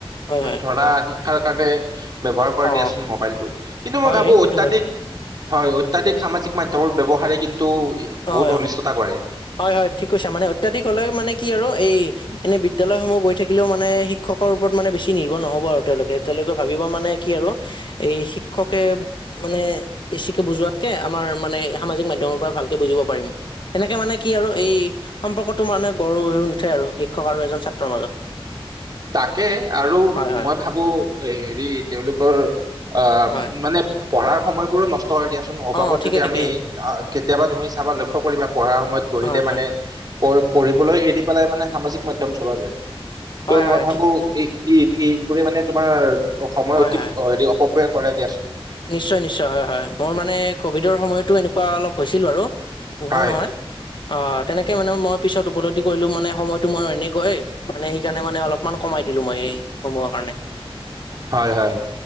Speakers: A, on the left (about 55°); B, on the right (about 40°).
A: হয় হয়
B: ধৰা শিক্ষাৰ কাৰণে ব্যৱহাৰ কৰে
A: অ
B: দিয়াচোন মোবাইলটো, কিন্তু মই
A: হয়
B: ভাবো
A: সেইটো
B: অত্যাধিক
A: হয় বাৰু
B: হয়, অত্যাধিক সামাজিক মাধ্যমৰ ব্যৱহাৰে কিন্তু বহুত
A: অ
B: অনিষ্টতা কৰে।
A: হয়, হয়, ঠিক কৈছা মানে অত্যাধিক হ'লেও মানে কি আৰু এই, এনে বিদ্যালয়সমূহ গৈ থাকিলেও মানে শিক্ষকৰ ওপৰত মানে বেছি নিৰ্ভৰ নহ'ব আৰু তেওঁলোকে তেওঁলোকে ভাবিব মানে কি আৰু এই শিক্ষকে মানে, বেছিকে বুজোৱাত। কে, আমাৰ মানে সামাজিক মাধ্যমৰ পৰা ভালকে বুজিব পাৰিম, তেনেকে মানে। কি আৰু এই সম্পৰ্কটো মানে গঢ় হৈও, নোথে আৰু শিক্ষক আৰু এজন ছাত্ৰৰ মাজত।
B: তাকে আৰু
A: হয় হয়
B: মই ভাবো এই, হেৰি তেওঁলোকৰ আহ,
A: হয়
B: মানে পঢ়াৰ সময়বোৰো নষ্ট হয় দিয়াচোন, অবাবত
A: অ ঠিকে
B: যদি
A: ঠিকে
B: আমি কেতিয়াবা তুমি চাবা লক্ষ্য কৰিবা, পঢ়া সময়ত বহিলে
A: হয় হয়
B: মানে পঢ়-পঢ়িবলৈ এৰি পেলাই মানে সামাজিক মাধ্যম চলোৱা যায়।
A: হয়
B: ত,
A: হয়
B: মই ভাবো
A: ঠিক কৈছে
B: <inaudible> বোৰে মানে তোমাৰ অ, সময়
A: হয়
B: অতি
A: হয়
B: হেৰি, অপব্যয় কৰে দিয়াচোন।
A: নিশ্চয়, নিশ্চয় হয়, হয় মোৰ মানে কভিডৰ সময়তো এনেকুৱা অলপ হৈছিল বাৰু। পোহৰ
B: হয়
A: নহয়। অ, তেনেকে মানে মই পিছত উপলব্ধি কৰিলো, মানে সময়তটো মই এনেকৈ সেইকাৰণে মানে অলপ অকমান কমাই দিলো, মই সেই সমূহৰ কাৰণে।
B: হয় হয়